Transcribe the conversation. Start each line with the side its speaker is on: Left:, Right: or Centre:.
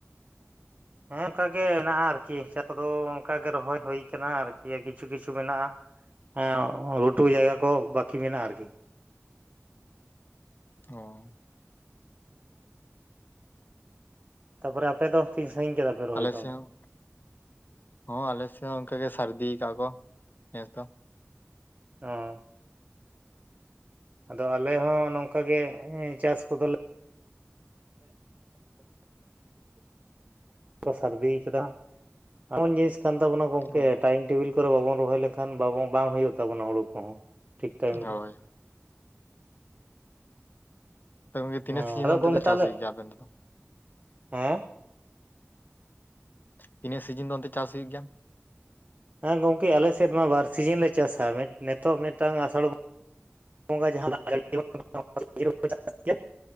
Right: ᱦᱮᱸ ᱚᱱᱠᱟᱜᱮ ᱦᱮᱱᱟᱜᱼᱟ ᱟᱨᱠᱤ ᱪᱟ ᱠᱚᱫᱚ ᱚᱱᱠᱟᱜᱮ ᱨᱚᱦᱚᱭ ᱦᱩᱭ ᱠᱟᱱᱟ ᱟᱨᱠᱤ ᱠᱤᱪᱷᱩ ᱠᱤᱪᱷᱩ ᱢᱮᱱᱟᱜᱼᱟ᱾ ᱦᱮᱸ ᱜᱷᱩᱴᱩ ᱡᱟᱭᱜᱟ ᱠᱚ ᱵᱟᱹᱠᱤ ᱢᱤᱱᱟᱜᱼᱟ ᱟᱨᱠᱤ᱾
Left: ᱚᱻ
Right: ᱛᱟᱯᱚᱨᱮ ᱟᱯᱮ ᱫᱚ ᱛᱤᱱ ᱥᱟᱺᱜᱤᱧ ᱠᱮᱫᱟ ᱯᱮ? ᱨᱚᱦᱚᱭ
Left: ᱟᱞᱮ ᱥᱮᱫ
Right: ᱠᱚ
Left: ᱦᱚᱸ, ᱦᱚᱸ ᱟᱞᱮ ᱥᱮᱫ ᱦᱚᱸ ᱚᱱᱠᱟ ᱜᱮ ᱥᱟᱹᱨᱫᱤ ᱠᱟᱜᱼᱟ ᱠᱚ ᱱᱮᱥ ᱫᱚ᱾
Right: ᱚᱻ ᱟᱫᱚ ᱟᱞᱮ ᱦᱚᱸ ᱱᱚᱝᱠᱟᱜᱮ ᱪᱟᱥ ᱠᱚᱫᱚᱞᱮ ᱥᱟᱨᱫᱤᱭ ᱠᱟᱫᱟ ᱦᱟᱸᱜ, ᱮᱢᱚᱱ ᱡᱤᱱᱤᱥ ᱠᱟᱱ ᱛᱟᱵᱚᱱᱟ ᱜᱚᱢᱠᱮ
Left: ᱚ
Right: ᱴᱟᱭᱤᱢ ᱴᱮᱵᱤᱞ ᱚᱠᱛᱚ ᱨᱮ ᱵᱟᱵᱚᱱ ᱨᱚᱦᱚᱭ ᱞᱮᱠᱷᱟᱱ ᱵᱟᱵᱚᱱ ᱵᱟᱝ ᱦᱩᱭᱩᱜ ᱛᱟᱵᱚᱱᱟ ᱦᱩᱲᱩ ᱠᱚᱦᱚᱸ, ᱴᱷᱤᱠ ᱴᱟᱭᱤᱢ
Left: ᱦᱳᱭ
Right: ᱨᱮ᱾
Left: ᱛᱟᱣ ᱛᱤᱱᱟᱹᱜ
Right: ᱦᱮᱸ
Left: ᱥᱤᱡᱤᱱ
Right: ᱟᱫᱚ
Left: ᱚᱱᱛᱮ
Right: ᱜᱚᱝᱠᱮ
Left: ᱫᱚ
Right: ᱛᱟᱦᱚᱞᱮ
Left: ᱪᱟᱥ ᱦᱩᱭᱩᱜ ᱜᱮᱭᱟ ᱟᱯᱮ ᱚᱱᱛᱮ ᱫᱚ?
Right: ᱦᱮᱸ,
Left: ᱛᱤᱱᱟᱹᱜ ᱥᱤᱡᱤᱱ ᱫᱚ ᱚᱱᱛᱮ ᱪᱟᱥ ᱦᱩᱭᱩᱜ ᱜᱮᱭᱟ?
Right: ᱦᱮᱸ ᱜᱚᱢᱠᱮ ᱟᱞᱮᱥᱮᱫ ᱢᱟ ᱵᱟᱨ ᱥᱤᱡᱤᱱ ᱞᱮ ᱪᱟᱥᱟ, ᱢᱤᱫ ᱱᱤᱛᱚᱜ ᱢᱤᱫᱴᱟᱝ ᱟᱥᱟᱲ ᱵᱚᱸᱜᱟ ᱡᱟᱦᱟᱸ ᱫᱟᱜ ᱡᱟᱲᱤ ᱱᱚᱜ-ᱚᱭ ᱱᱤᱛᱚᱜ ᱠᱚ ᱪᱟᱥ ᱜᱮᱭᱟ